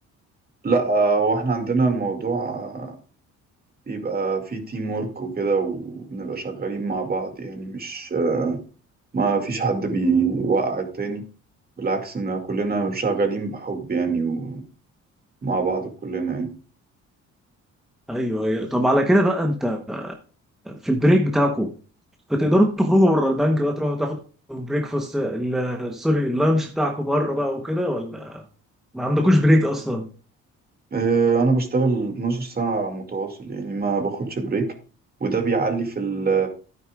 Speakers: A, on the right; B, in the centre.
A: لا آه، هو احنا عندنا الموضوع آه، بيبقى فيه تيم ورك وكده وبنبقى شغالين مع بعض يعني مش ما فيش حد بيوقع التاني بالعكس ان كلنا شغالين بحب يعني ومع بعض كلنا يعني
B: ايوه ايوه طب على كده بقى انت في البريك بتاعكم فتقدروا تخرجوا بره البنك بقى تروحوا تاخدوا بريكفاست ال- سوري اللانش بتاعكم بره بقى وكده ولا ما عندكوش بريك اصلا
A: آه، انا بشتغل 12 ساعة متواصل يعني ما باخدش بريك وده بيعلي في ال